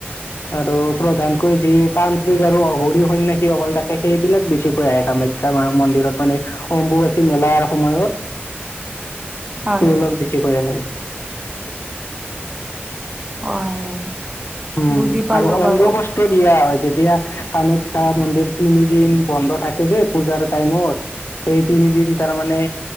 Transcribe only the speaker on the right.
হয়
হয়
বুজি পালো
বাৰু